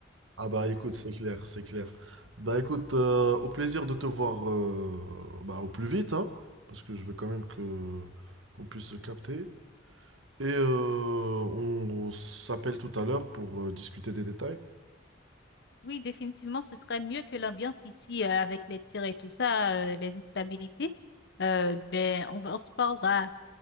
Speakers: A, on the right; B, on the left.
A: Ah bah écoute, c'est clair, c'est clair. Bah écoute, euh, au plaisir de te voir euh, bah, au plus vite, hein, parce que je veux quand même que qu'on puisse se capter. Et euh, on, on s'appelle tout à l'heure pour euh, discuter des détails.
B: Oui, définitivement, ce serait mieux que l'ambiance ici euh, avec les tirs et tout ça, euh, les instabilités. Euh, ben, on, va- on se parlera